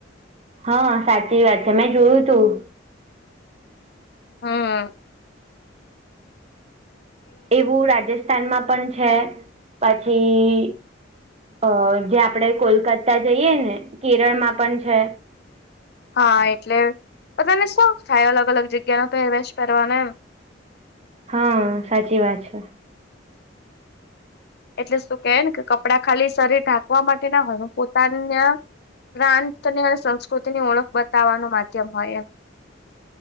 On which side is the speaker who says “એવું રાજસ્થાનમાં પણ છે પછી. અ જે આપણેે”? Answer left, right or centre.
Right